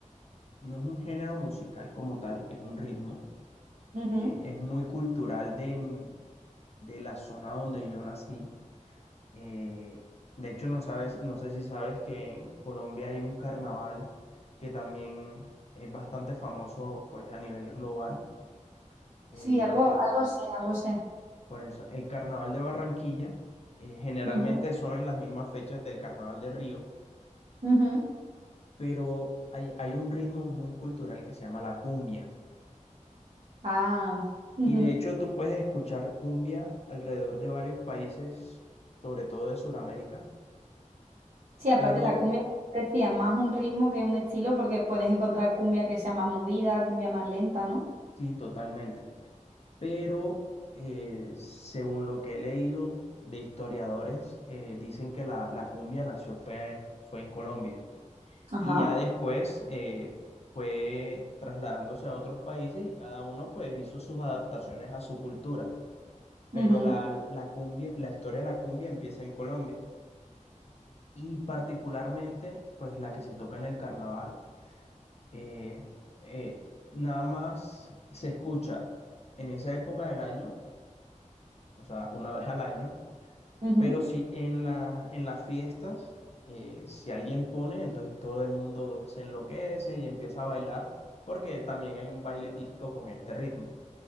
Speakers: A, on the left (about 55°); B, on the right (about 55°).
A: no es un género musical como tal, es un ritmo.
B: Ujú.
A: eh, es muy cultural de, de la zona donde yo nací Eh, de hecho, no sabes, no sé si sabes que en Colombia hay un carnaval que también es bastante famoso pues a nivel global. Eh,
B: Sí, algo,
A: el-
B: algo sé, algo sé.
A: por eso, el carnaval de Barranquilla eh, generalmente
B: Ujú,
A: son en las mismas fechas del carnaval de Río,
B: ujú.
A: pero hay, hay un ritmo muy cultural que se llama la cumbia.
B: Ah, ujú.
A: Y de hecho, tú puedes escuchar cumbia alrededor de varios países, sobre todo de Sudamérica,
B: Sí, aparte
A: pero
B: la cumbia, como decía, es más un ritmo que un estilo, porque puedes encontrar cumbia que sea más movida, cumbia más lenta, ¿no?
A: sí, totalmente. pero eh, según lo que he leído de historiadores, eh, dicen que la, la cumbia nació fue, fue en Colombia
B: Ajá.
A: y ya después eh, fue trasladándose a otros países y cada uno pues hizo sus adaptaciones a su cultura, pero
B: Ujú,
A: la, la cumbia, la historia de la cumbia empieza en Colombia y particularmente pues la que se toca en el carnaval. eh, eh, nada más se escucha en esa época del año o sea, una vez al año,
B: ujú.
A: Pero si en la, en las fiestas, eh, si alguien pone, entonces todo el mundo se enloquece y empieza a bailar, porque también hay un baile típico con este ritmo.